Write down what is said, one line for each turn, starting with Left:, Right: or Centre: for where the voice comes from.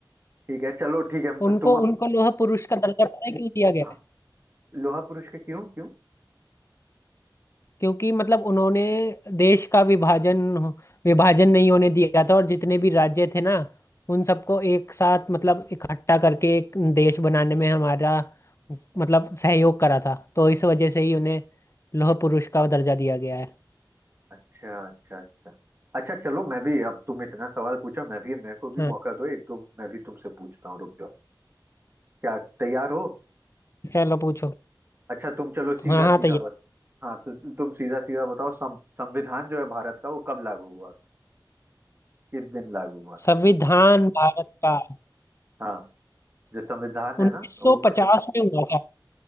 Right: ठीक है चलो ठीक है
Left: उनको
Right: तुम अब
Left: उनको लोह पुरुष का दर्जा पता है क्यों दिया गया
Right: हाँ, लोहा पुरुष के क्यों क्यों
Left: क्योंकि मतलब उन्होंने देश का विभाजन विभाजन नहीं होने दिया था और जितने भी राज्य थे ना उन सबको एक साथ मतलब इकट्ठा करके एक देश बनाने में हमारा मतलब सहयोग करा था तो इस वजह से ही उन्हें लौह पुरुष का दर्जा दिया गया है
Right: अच्छा अच्छा अच्छा अच्छा चलो मैं भी अब तुम इतना सवाल पूछा मैं भी मेरे को भी
Left: हाँ
Right: मौका दो एक दो मैं भी तुमसे पूछता हूँ रुक जाओ क्या तैयार हो
Left: चलो पूछो
Right: अच्छा तुम चलो सीधा
Left: हाँ हाँ
Right: सीधा
Left: तैयार
Right: बस हाँ तो तुम सीधा सीधा बताओ सं, संविधान जो है भारत का वो कब लागू हुआ किस दिन लागू हुआ
Left: संविधान
Right: था
Left: भारत का
Right: हाँ जो संविधान है
Left: 1950
Right: ना वो क,
Left: में हुआ था